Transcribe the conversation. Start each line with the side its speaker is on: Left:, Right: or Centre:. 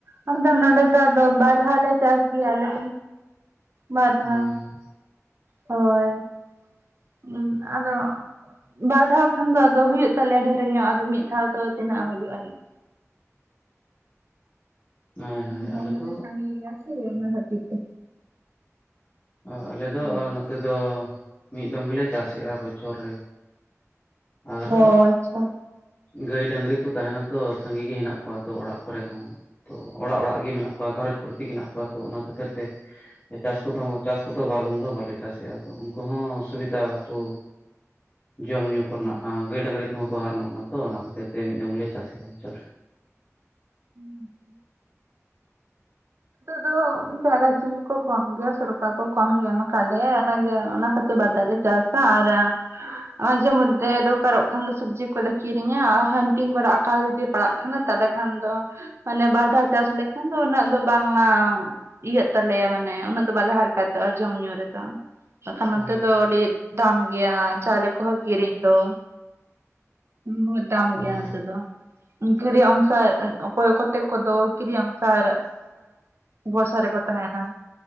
Right: ᱟᱞᱮ ᱫᱚ ᱱᱚᱰᱮ ᱫᱚ ᱟᱫᱚ ᱵᱟᱨ ᱫᱷᱟ ᱞᱮ ᱪᱟᱥ ᱜᱮᱭᱟ ᱟᱞᱮ ᱫᱚ᱾ ᱵᱟᱨ ᱫᱷᱟᱣ
Left: ᱦᱩᱸ᱾
Right: ᱦᱳᱭ ᱦᱩᱸ ᱟᱫᱚ ᱵᱟᱨ ᱫᱷᱟᱣ ᱠᱷᱟᱱ ᱫᱚ ᱟᱫᱚ ᱦᱩᱭᱩᱜ ᱛᱟᱞᱮᱭᱟ ᱰᱷᱮᱨ ᱧᱚᱜ ᱟᱫᱚ ᱢᱤᱫ ᱫᱷᱟᱣ ᱫᱚ ᱛᱤᱱᱟᱹᱜ ᱦᱩᱭᱩᱜᱼᱟᱱᱤᱡ᱾
Left: ᱦᱳᱭ ᱦᱳᱭ
Right: ᱦᱚᱲ
Left: ᱟᱞᱮ
Right: ᱦᱚᱸ
Left: ᱫᱚ
Right: ᱞᱮ ᱥᱟᱜᱮ ᱜᱮᱭᱟ ᱥᱮ ᱚᱱᱟ ᱠᱷᱟᱹᱛᱤᱨ ᱛᱮ᱾
Left: ᱚ ᱟᱞᱮᱫ ᱫᱚ
Right: ᱦᱳᱭ
Left: ᱱᱚᱛᱮ ᱫᱚ ᱢᱤᱫ ᱫᱚᱢ ᱜᱮᱞᱮ ᱪᱟᱥᱮᱜᱼᱟ ᱵᱚᱪᱷᱚᱨ ᱨᱮ᱾ ᱟᱨᱦᱚ
Right: ᱚ ᱟᱪᱪᱷᱟ
Left: ᱜᱟᱹᱭ ᱰᱟᱹᱝᱨᱤ ᱠᱚ ᱛᱟᱦᱮᱱᱟ ᱛᱚ ᱥᱟᱸᱜᱤ ᱜᱮ ᱦᱮᱱᱟᱜ ᱠᱚᱣᱟ ᱛᱚ ᱚᱲᱟᱜ ᱠᱚᱨᱮ ᱦᱚᱸ᱾ ᱛᱚ ᱚᱲᱟᱜ ᱚᱲᱟᱜ ᱜᱮ ᱢᱮᱱᱟᱜ ᱠᱚᱣᱟ ᱜᱷᱟᱨᱚᱸᱡᱽ ᱯᱨᱚᱛ ᱜᱮ ᱢᱮᱱᱟᱜ ᱠᱚᱣᱟ ᱛᱚ ᱚᱱᱟ ᱠᱷᱟᱹᱛᱤᱨ ᱛᱮ ᱪᱟᱥ ᱠᱚᱫᱚ ᱪᱟᱥ ᱠᱚ ᱫᱚ ᱵᱟᱨᱫᱢ ᱫᱚ ᱵᱟᱞᱮ ᱪᱟᱥᱮᱜᱼᱟ ᱟᱫᱚ ᱩᱝᱠᱩ ᱦᱚᱸ ᱥᱩᱵᱤᱫᱟ ᱠᱩ- ᱡᱚᱢᱼᱧᱩ ᱠᱚᱨᱮᱱᱟᱜ
Right: ᱦᱳᱭ
Left: ᱜᱟᱹᱭ ᱰᱟᱹᱝᱨᱤ ᱠᱚᱦᱚᱸ ᱠᱚ ᱦᱟᱨᱚᱱᱚᱜ ᱠᱟᱱᱟ ᱛᱚ ᱚᱱᱟ ᱠᱷᱟᱹᱛᱤᱨ ᱛᱮ ᱢᱤᱫ ᱫᱚᱢ ᱜᱮ ᱞᱮ ᱪᱟᱥᱮᱫᱼᱟ ᱵᱚᱪᱷᱚᱨ ᱨᱮ᱾
Right: <unintelligible> ᱫᱚ ᱡᱟᱜ <inaudible> ᱠᱚ ᱠᱚᱢ ᱜᱮᱭᱟ ᱥᱩᱨᱩᱠᱟ ᱠᱚ ᱠᱚᱢ ᱜᱮᱢ ᱮᱢᱠᱟ ᱞᱮᱭᱟᱭ ᱚᱱᱟ ᱠᱷᱟᱛᱤᱨ ᱵᱟᱫᱟᱞᱮ ᱪᱟᱥᱟ ᱟᱨ ᱟᱹ ᱟᱡᱷᱮ ᱢᱚᱫᱽᱫᱷᱮ ᱫᱚᱨᱠᱟᱨᱚᱜ ᱠᱷᱟᱱ ᱫᱚ ᱥᱚᱵᱽᱡᱤ ᱠᱚᱞᱮ ᱠᱤᱨᱤᱧᱟ ᱟᱨ ᱠᱷᱟᱱ ᱛᱤᱧ ᱠᱚᱨᱮ ᱟᱠᱟᱞ ᱫᱤᱯ ᱯᱟᱲᱟᱜ ᱠᱟᱱᱟ ᱛᱟᱦᱚᱞᱮ ᱠᱷᱟᱱ ᱫᱚ ᱢᱟᱱᱮ ᱵᱟᱨ ᱫᱷᱟᱣ ᱪᱟᱥ ᱞᱮᱠᱷᱟᱱ ᱫᱚ ᱩᱱᱟᱹᱜ ᱫᱚ ᱵᱟᱝᱼᱟ ᱤᱭᱟᱹᱜ ᱛᱟᱞᱮᱭᱟ ᱢᱟᱱᱮ ᱩᱱᱟᱹᱜ ᱫᱚ ᱵᱟᱞᱮ ᱦᱟᱨ ᱠᱟᱮᱛᱚᱜᱼᱟ ᱡᱚᱢ ᱧᱩ ᱨᱮᱫᱚ᱾ ᱵᱟᱠᱷᱟᱱ
Left: ᱨᱮ
Right: ᱱᱚᱛᱮ ᱫᱚ ᱟᱹᱰᱤ ᱫᱟᱢ ᱜᱮᱭᱟ ᱪᱟᱣᱞᱮ ᱠᱚᱦᱚᱸ ᱠᱤᱨᱤᱧ ᱫᱚ᱾ ᱵᱚᱦᱚᱛ ᱫᱟᱢ
Left: ᱦᱳᱭ
Right: ᱜᱮᱭᱟ ᱱᱚᱛᱮ ᱫᱚ <unintelligible> ᱠᱚᱭᱛᱮᱠ ᱠᱚᱫᱚ ᱠᱤᱨᱤᱧ ᱚᱝᱥᱟᱨ ᱵᱚᱨᱥᱟ ᱨᱮᱠᱚ ᱛᱟᱦᱮᱱᱟ᱾